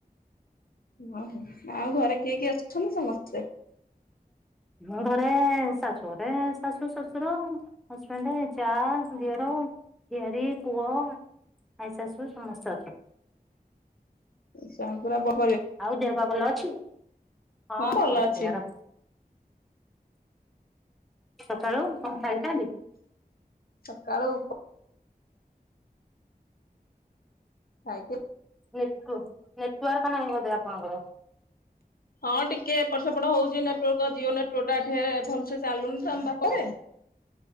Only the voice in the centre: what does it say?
ମୋ ଘରେ ଶାଶୁରେ ଶାଶୁ ଶଶୁର ହଜବେଣ୍ଡରେ ଯା ଦିଅର ଝିଆରୀ ପୁଅ ଆଈ ଶାଶୁ ସମସ୍ତେ ଅଛନ୍ତି।
ଆଉ ଦେହ ପା ଭଲ ଅଛି ହଁ
ଗଡତିଆର
ସକାଳୁ କଣ ଖଲିଥାଲି?
ନଟ ନେଟୱାର୍କ ନାହିଁ ବୋଧେ ଆପଣଙ୍କର